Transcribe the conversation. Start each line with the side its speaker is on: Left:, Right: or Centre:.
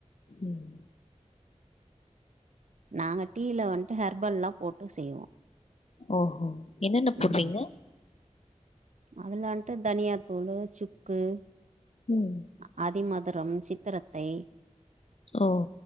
Left: ம்
Right: நாங்க டீயில வந்துட்டு ஹெர்பல்லல்லா போட்டு செய்வோ
Left: ஓஹோ என்னென்ன போடுவீங்க
Right: ம் அதுல வந்துட்டு தனியாத்தோளு சுக்கு
Left: ம்
Right: அ ஆதி மதுரம் சித்திரத்தை
Left: ஓ